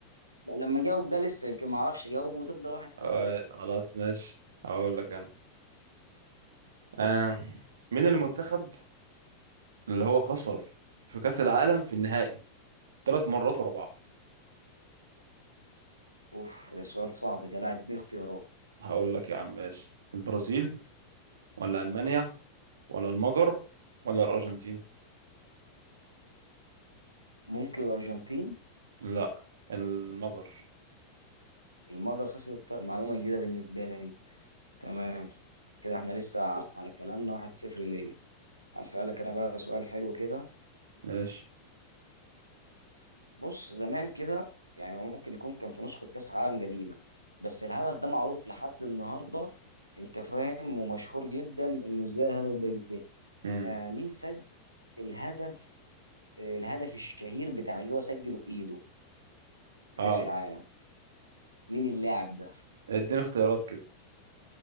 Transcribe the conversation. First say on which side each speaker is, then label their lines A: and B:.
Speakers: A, on the right; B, on the right.
A: لا، لما جاوب ده لسه يمكن ما اعرفش اجاوبه وتفضل 1-0
B: آه خلاص ماشي هقول لك انا آه مين المنتخب اللي هو خسر في كأس العالم في النهائي ثلاث مرات ورا بعض
A: اوف ده سؤال صعب ده لا اديني اختيارات
B: هقول لك يا عم ماشي البرازيل ولا ألمانيا ولا المجر ولا الأرجنتين
A: ممكن الارجنتين
B: لا المجر
A: المجر خسرت معلومة جديدة بالنسبة لي دي تمام كده احنا لسه على كلامنا 1-0 ليه هسألك انا بقى سؤال حلو كده
B: ماشي
A: بص زمان كده يعني هو ممكن يكون كان في نسخة كأس عالم قديمة بس الهدف ده معروف لحد النهاردة انت فاهم ومشهور جدا انه ازاي الهدف ده جه
B: امم
A: آه مين سجل الهدف آه الهدف الشهير بتاع اللي هو سجله بإيده في
B: اه
A: كأس العالم مين اللاعب ده
B: اديني اختيارات كده